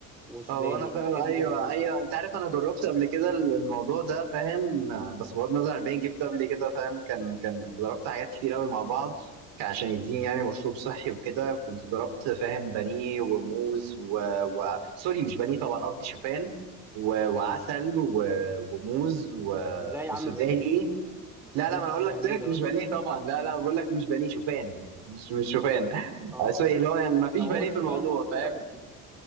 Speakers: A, in the centre; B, on the right.
A: وسوداني
B: هو انا فاهم
A: الحاجات
B: ايوه
A: دي جامده
B: ايوه
A: جدا
B: انت عارف انا جربت قبل كده الموضوع ده فاهم بس بغض النظر عن البين جبت قبل كده فاهم كان كان ضربت حاجات كتير قوي مع بعض كان عشان يديني يعني مشروب صحي وكده كنت ضربت فاهم بانيه وموز و... و... سوري مش بانيه طبعا قصدي شوفان و... وعسل و... وموز و...
A: ازاي يا
B: وسوداني
A: عم بانيه يا عم سموزي
B: لا لا ما انا اقول لك
A: بانيه
B: ترك
A: ده
B: مش
A: ولا
B: بانيه طبعا
A: ايه
B: لا لا بقول لك مش بانيه شوفان يعني مش مش شوفان
A: اه
B: آه، سوري
A: اه
B: اللي هو يعني ما فيش
A: طب هو
B: بانيه
A: الشوفان
B: في الموضوع
A: وانت
B: فاهم
A: كنت بت...